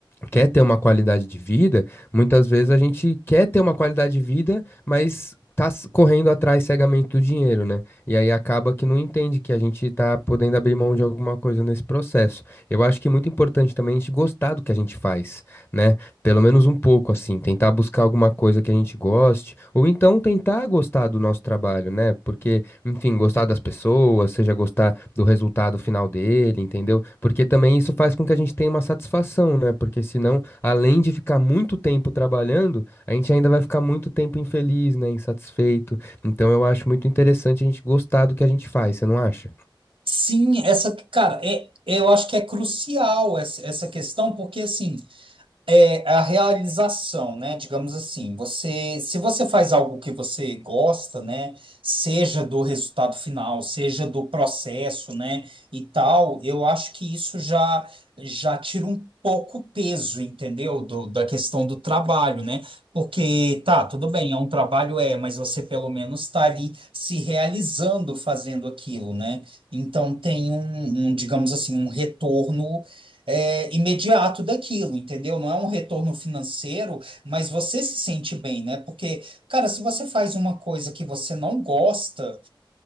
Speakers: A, on the left (about 25°); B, on the right (about 85°).
A: quer ter uma qualidade de vida, muitas vezes a gente quer ter uma qualidade de vida, mas tá s- correndo atrás cegamente do dinheiro, né? E aí acaba que não entende que a gente tá podendo abrir mão de alguma coisa nesse processo. Eu acho que é muito importante também a gente gostar do que a gente faz, né? Pelo menos um pouco, assim, tentar buscar alguma coisa que a gente goste, ou então tentar gostar do nosso trabalho, né? Porque enfim, gostar das pessoas, seja gostar do resultado final dele, entendeu? Porque também isso faz com que a gente tenha uma satisfação, né? Porque senão, além de ficar muito tempo trabalhando, a gente ainda vai ficar muito tempo infeliz, né? Insatisfeito. Então eu acho muito interessante a gente gostar do que a gente faz, você não acha?
B: Sim, essa, cara, é, eu acho que é crucial essa, essa questão, porque assim. É a realização, né? Digamos assim, você, se você faz algo que você gosta, né? Seja do resultado final, seja do processo, né? E tal, eu acho que isso já já tira um pouco o peso, entendeu? Do- da questão do trabalho, né? Porque tá, tudo bem, é um trabalho, é, mas você pelo menos está ali se realizando fazendo aquilo, né? Então tem um, um, digamos assim, um retorno é, imediato daquilo, entendeu? Não é um retorno financeiro, mas você se sente bem, né? Porque, cara, se você faz uma coisa que você não gosta.